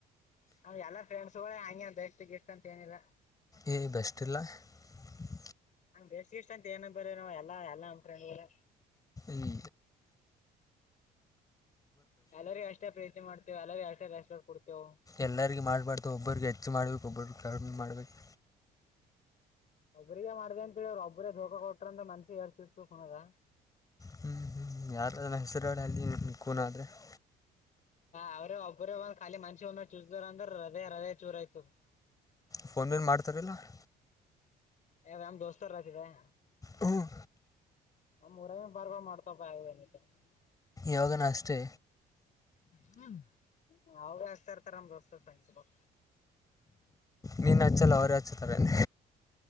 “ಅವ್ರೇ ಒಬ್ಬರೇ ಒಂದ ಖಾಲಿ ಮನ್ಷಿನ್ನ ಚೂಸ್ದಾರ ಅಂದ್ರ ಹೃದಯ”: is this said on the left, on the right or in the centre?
Left